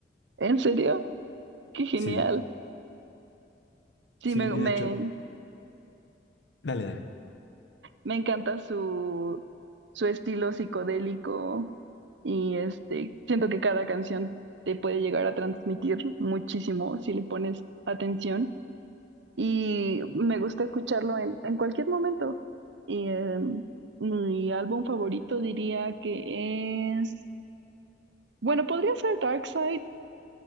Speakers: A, on the right; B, on the left.
A: ¿En serio? Qué genial.
B: Sí,
A: Sí,
B: Sí,
A: me,
B: y
A: me,
B: de hecho, dale, dale.
A: me encanta su, su estilo psicodélico y este, siento que cada canción te puede llegar a transmitir muchísimo si le pones atención y me gusta escucharlo en, en cualquier momento. Y, em, mi álbum favorito diría que es, bueno, podría ser Dark Side